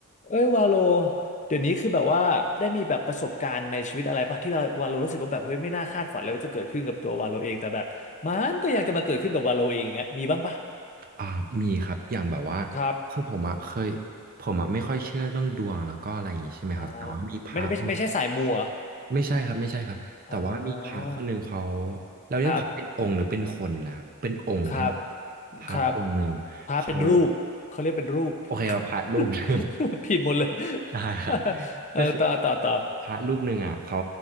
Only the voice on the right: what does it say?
อ่ามีครับอย่างแบบว่า
คือผมอะเคยผมอะไม่ค่อยเชื่อเรื่องดวงแล้วก็อะไรอย่างงี้ใช่ไหมครับแต่ว่ามีพระองค์
ไม่ใช่ครับไม่ใช่ครับแต่ว่ามีพระคนหนึ่งเขา
เราเรียกพระเป็นองค์หรือเป็นคนนะครับเป็นองค์ใช่ไหม
พระองค์หนึ่งเขา
โอเคครับพระรูป <laughs>
ได้
ได้ครับ
ก็คือ พระรูปหนึ่งอ่ะเขา